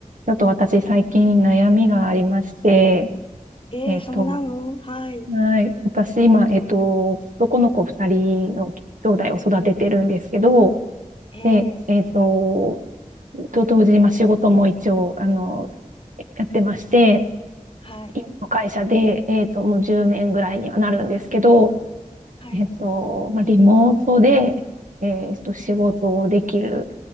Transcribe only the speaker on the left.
ええそうなのはい。
ええ
はい。
はい。